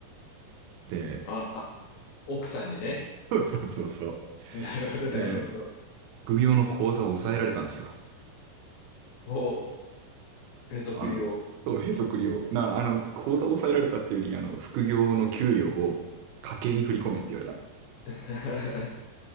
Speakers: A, on the right; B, on the left.
A: で、
B: あ、あ、奥さんにね。
A: そうそうそうそ
B: なるほど、なるほど。
A: う。で、副業の口座を抑えられたんですよ。
B: おへそくりを。
A: あの、そう、へそくりを、な、あの、口座を抑えられたっていうより、あの、副業の給料を家計に振り込めって言われた。
B: <laughs>